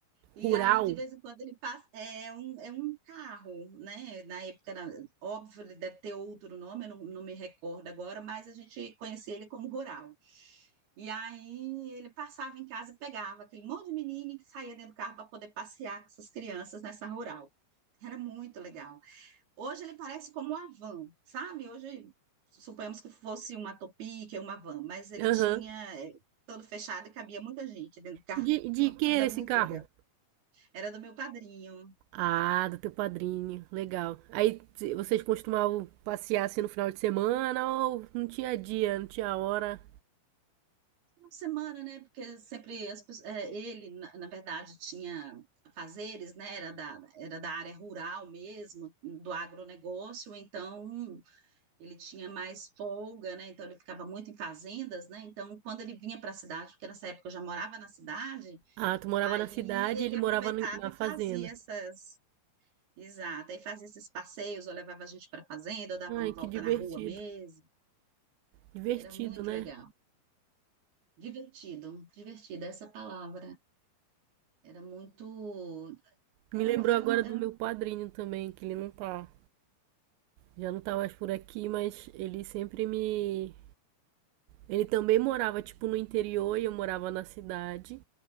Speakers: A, on the right; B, on the right.
A: E
B: rural?
A: aí, de vez em quando, ele passa. É um, é um carro, né? Na época, era- óbvio, ele deve ter outro nome, eu não, não me recordo agora, mas a gente conhecia ele como rural. E aí, ele passava em casa e pegava aquele monte de menino que saía dentro do carro para poder passear com essas crianças nessa rural. Era muito legal. Hoje ele parece como uma van, sabe? Hoje, suponhamos que fosse uma Topic, uma van, mas ele
B: Aham.
A: tinha eh, todo fechado e cabia muita gente dentro do carro.
B: E De, de
A: <laughs>
B: quem
A: Era
B: era
A: muito
B: esse carro?
A: legal. Era do meu padrinho.
B: Ah, do teu padrinho. Legal. Aí t- vocês costumavam passear assim no final de semana ou não tinha dia, não tinha hora?
A: Uma semana, né? Porque sempre as pessoas- eh, ele, na, na verdade, tinha fazeres, né? Era da, era da área rural mesmo, do agronegócio, então ele tinha mais folga, né? Então ele ficava muito em fazendas, né? Então, quando ele vinha para a cidade, porque nessa época eu já morava na cidade,
B: Ah, tu morava
A: Aí
B: na cidade
A: ele
B: e ele
A: aproveitava
B: morava no- na
A: e
B: fazenda.
A: fazia essas. Exato, aí fazia esses passeios, ou levava a gente para a fazenda, ou dava
B: Ai,
A: uma volta
B: que divertido.
A: na rua mesmo.
B: Divertido,
A: Era muito
B: né?
A: legal. Divertido, divertido essa palavra. Era muito. Era,
B: Me lembrou
A: era,
B: agora do
A: era,
B: meu padrinho também, que ele não tá, já não tá mais por aqui, mas ele sempre me. Ele também morava, tipo, no interior e eu morava na cidade.